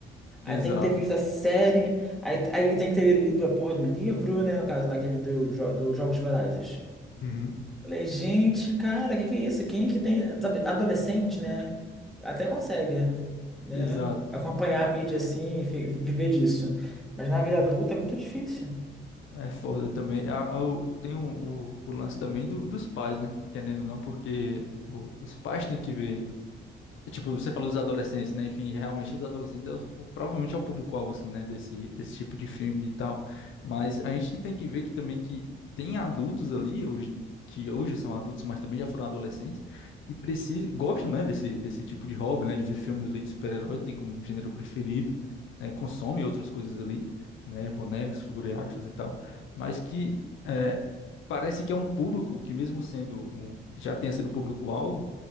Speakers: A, in the centre; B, on the left (about 80°).
A: Aí
B: Exato.
A: tem que ter visto a série, aí, aí tem que ter lido a porra do livro, né? No caso lá, aquele do jo- dos Jogos Vorazes.
B: Uhum.
A: Falei, gente, cara, o que que é isso? Quem é que tem, sabe, adolescente, né? Até consegue, né?
B: Exato.
A: Acompanhar
B: Ah,
A: a mídia assim, e fi- viver disso. Mas na vida adulta é muito difícil.
B: É foda também. A- a- o, o- tem um- o, o lance também do, dos pais, né? Querendo ou não, porque o- os pais têm que ver. Tipo, você falou dos adolescentes, né? Enfim, realmente os adolescentes é o, o- provavelmente é o público-alvo, assim, né? Desse, desse tipo de filme e tal. Mas a gente tem que ver que também que tem adultos ali hoje, que hoje são adultos, mas também já foram adolescentes, que precisam, gostam, né? Desse, desse tipo de hobby, né? De ver filmes ali de super-herói, tem como gênero preferido, né? Consomem outras coisas ali, né? Bonecos, figurinhas e tal. Mas que é, parece que é um público que mesmo sendo um, já tenha sido público-alvo,